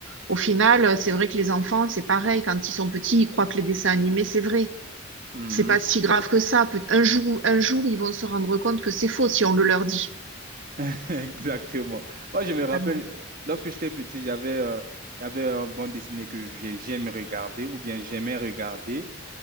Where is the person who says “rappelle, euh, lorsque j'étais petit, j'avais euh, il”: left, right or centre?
Right